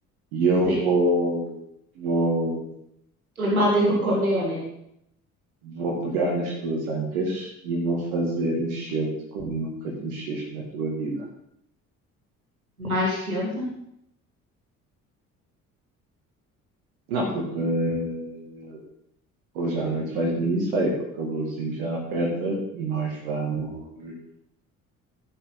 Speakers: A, on the right; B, on the right.
A: E eu
B: sim.
A: vou, vou,
B: Armado em Don Corleone.
A: vou pegar nas tuas ancas e vou fazer mexer-te como nunca te mexeste na tua vida.
B: Mais que ontem.
A: Não, porque eh, hoje à noite vais de minissaia, que o calorzinho já aperta e nós vamos,